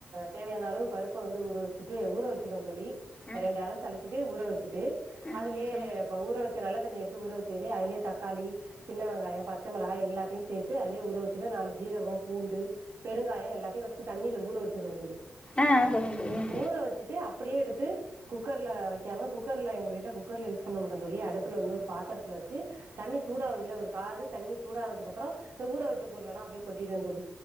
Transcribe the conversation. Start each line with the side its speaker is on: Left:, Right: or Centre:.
Right: தேவையான அளவு பருப்ப வந்து ஊற வச்சுட்டு ஊற வச்சிருவே தோழி
Left: ஆ
Right: ரெண்டு அலசு அல சிட்டு ஊற வச்சுட்டு
Left: ஆ
Right: அதுலயே
Left: சொல்லுங்க
Right: ப ஊற வச் ச நல்ல தண்ணி எடுத்து ஊற வச்சதுலயே அதுலயே தக்காளி சின்ன வெங்காயம் பச் சமிளகா எல்லாத்தையு சேத்து அதலயே ஊர வச்சுட்டு நாலு ஜீரகம் பூண்டு பெருங்காயம் எல்லாத்தையு பர்ஸ்டு தண்ணில ஊற வச்சிருவோ தோழி
Left: ஆஹ் சொல்லுங்க சொல்லுங்க
Right: ஊற வச்சுட்டு அப்டியே எடுத்து குக்கர்ல வைக்காம குக்கர்ல எங்க வீட்ல குக்கர்ல்ல யூஸ் பண்ண மாட்டோ தோழி அடுப்புல வந்து ஒரு பாத்திரத்துல வச்சு தண்ணி சூடாவதுல்ல ஒரு காது தண்ணி சூடானதுக்கப் றோ இந்த ஊர வச்ச பொருலல்லா அப்டியே கொட்டிடுவ தோழி